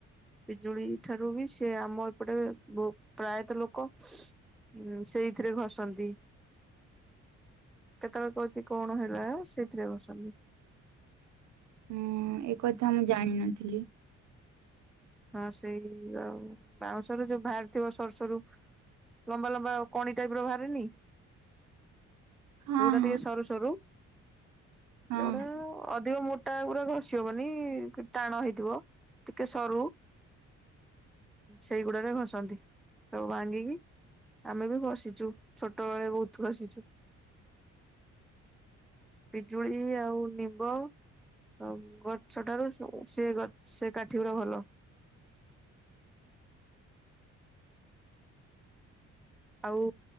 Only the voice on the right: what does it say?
ହୁଁ ଏ କଥା ମୁଁ ଜାଣିନଥିଲି।
ହଁ
ହଁ
ହଁ